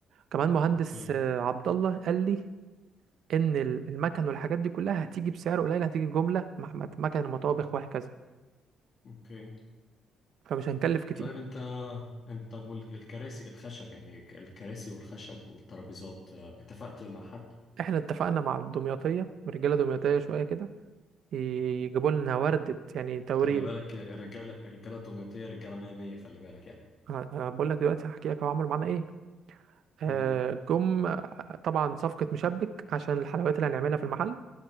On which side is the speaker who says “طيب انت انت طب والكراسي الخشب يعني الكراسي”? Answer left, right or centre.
Left